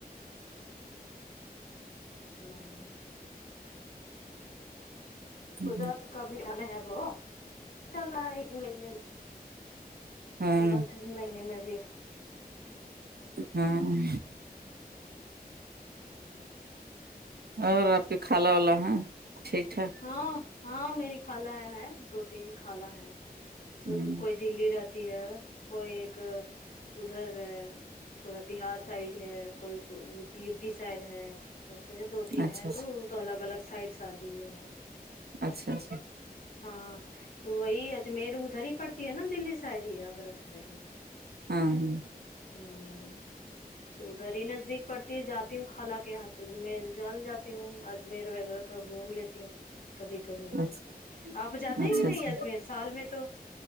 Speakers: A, on the left; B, on the right.
A: ہاں
B: ہے
A: خدا تو کبھی انا ہے وہ کل رہا ہے جولائی میں بھی
B: ہاں
A: متن مہینے میں بھی
B: ہوں
A: ہوں
B: اور آپ کے کھالا والا ہے ٹھیکٹھاک
A: ہاں ہاں میری کھالا ہے دو تین کھالا ہے سب
B: ہ
A: کوئی دلی رہتی ہے کوئی ایک ادھر تھوڑا بہار سائڈ ہے کوئی یو پی سائڈ ہے ویسے دو تین
B: اچھا
A: ہے
B: اچھا
A: تو تو الگ الگ سائڈ شادی ہوا ہے
B: اچھا اچھا
A: ہاں تو وہی اجمیر ادھر ہی پڑتی ہے نا دلی سائڈ ہی اگر س
B: ہاں ہاں
A: ہوں تو ادھر ہی نزدیک پڑتی ہے جاتی ہوں کھالا کے یہاں تو میں جال جاتی ہوں اجمیر وغیرہ تو گھوم لیتی ہوں کبھی کبھی
B: اچھا
A: آپ جاتے ہیں
B: اچھا
A: کہ نہیں
B: اچھا
A: اجمیر سال میں تو